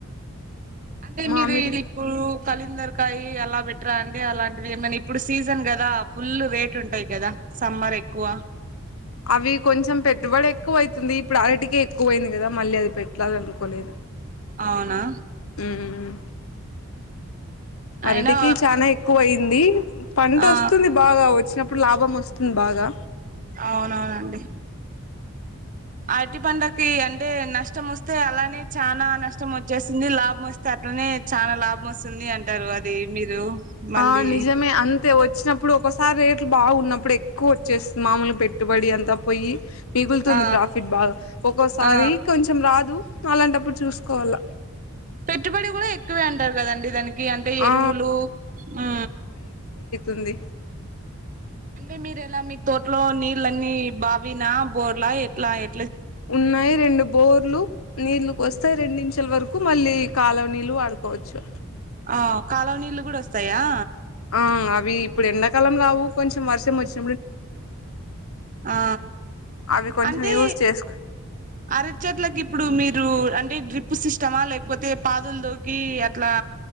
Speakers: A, on the right; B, on the left.
A: అంటే
B: మామిడి
A: మీరు ఇలా ఇప్పుడు కలుందర్ కాయి అలా బెట్రా అండి అలాంటివి ఏమనా ఇప్పుడు సీజన్ కదా ఫుల్ రేట్ ఉంటాయి కదా సమ్మర్ ఎక్కువ
B: అవి కొంచెం పెట్టుబడు ఎక్కువ అవుతుంది ఇప్పుడు అరటికే ఎక్కువ అయింది కదా మళ్ళీ అది పెట్టాల అనుకోలేదు
A: అవునా
B: ఉమ్ అరటికి
A: అయినా
B: చనా ఎక్కువ అయింది పంట
A: ఆ
B: వస్తుంది బాగా వచ్చిన ఇప్పుడు లాభం వస్తుంది బాగా
A: అవునవునండి అరటి పండకి అంటే నష్టం వస్తే అలానే చానా నష్టం వచ్చేస్తుంది లాభం వస్తే అట్లనే చనా లాభం వస్తుంది అంటారు అది మీరు మళ్ళీ
B: ఆ నిజమే అంతే వచ్చిన ఇప్పుడు ఒకసారి రేట్లు బాగున్నప్పుడు ఎక్కువ వచ్చేస్తుంది మామూలు పెట్టుబడి అంతా పోయి మిగులుతుంది
A: ఆ
B: ప్రాఫిట్ బాగా ఒక్కోసారి
A: ఆ
B: కొంచెం రాదు అలాంటప్పుడు చూసుకోవల్ల
A: పెట్టుబడి కూడా ఎక్కువే అంటారు కదండి దానికి గీయి అంటే ఎరువులు
B: ఆ
A: ఆ
B: ఉంది
A: అంటే మీరు ఎలా మీ తోటలో నీళ్లన్నీ బావిన బోర్లా ఎట్లా ఎ
B: ఉన్నాయి రెండు బోర్లు నీళ్లుక వస్తా వస్తే రెండు నిమిషాలు వరకు మళ్ళీ కాలనీలు వాడుకోవచ్చు
A: ఆ కాలవ నీళ్ళ కూడా వస్తాయా
B: ఆ అవి ఇప్పుడు ఎండాకాలం రావు కొంచెం వర్షం వచ్చి
A: ఆ
B: అవి కొంచెం
A: అంటే
B: యూస్ చేసుకో
A: అరచట్లలకు ఇప్పుడు మీరు అంటే డ్రిప్ ఉప్పు సిష్టమా లేకపోతే పాదుల్ తోకి అట్లా